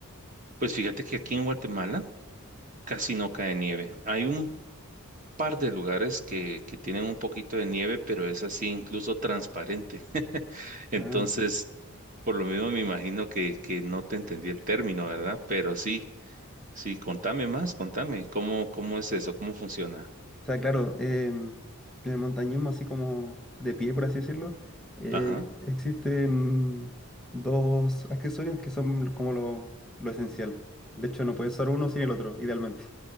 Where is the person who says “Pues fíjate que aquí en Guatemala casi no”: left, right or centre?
Right